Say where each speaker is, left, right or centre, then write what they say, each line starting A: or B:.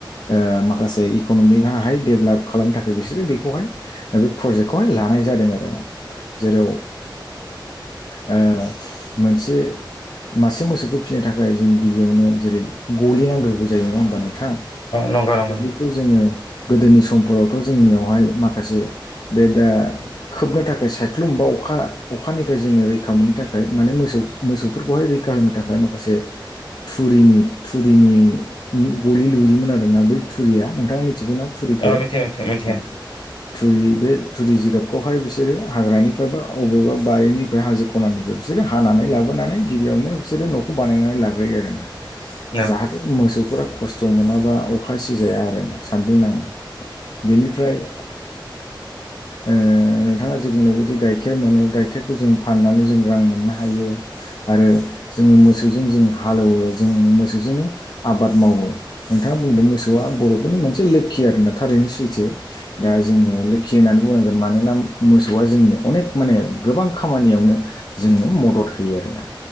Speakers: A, on the left; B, on the left.
A: ओ माखासे इक'न'मिकाहाय डेभलप खालामनो थाखाय बिसोरो बेखौहाय ओ बे प्रजेक्टखौहाय लानाय जादों आरो ना जेराव आ मोनसे मासे मोसौखौ फिसिनो थाखाय जोंनि गिबि बेयावनो जेरै गलि नांग्रोगौ जायो नङा होमबा नोंथां
B: नंगौ नंगौ
A: गलिखौ
B: नंगौ
A: जोङो गोदोनि समफोरावथ' जोंनियावहाय माखासे बे दा खोबनो थाखाय सायख्लुम बा अखा अखानिफ्राय जोङो रैखा मोननो थाखाय माने मोसौ मोसौफोरखौहाय रैखा होनो थाखाय माखासे थुरिनि थुरिनि गलि लुयोमोन आरोना बै थुरिया नोंथाङा मिथिगौ ना? थुरिखौ
B: औ मिथियो मिथियो मिथियो
A: आ थुरि बे थुरि जिगाबखौहाय बिसोरो हाग्रानिफ्राय बा बबेबा बारिनिफ्राय हाजो खनानिफ्राय बिसोरो हानानै लाबोनानै गिबियावनो बिसोरो न'खौ बानायनानै लाग्रोयो आरोना।
B: औ औ
A: जाहा थे मोसौफोरा खस्थ' मोनाबा अखा सिजाया आरोना सान्दुं नाङा। बेनिफ्राय ओ नोंथाङा जे बुंनाय बायदि गाइखेर मोनो गाइखेरखौ जों फाननानै जों रां मोननो हायो आरो जोङो मोसौजों जोङो हालौवो। जों मोसौजोंनो आबाद मावो नोंथाङा बुंदों मोसौआ बर' फोरनि मोनसे लोखि आरोना थारैनो सैथो दा जोङो लोखि होननानै बुंनांगोन मानोना मोसौआ जोंनि अनेक माने गोबां खामानियावनो जोंनो मदद होयो आरोना।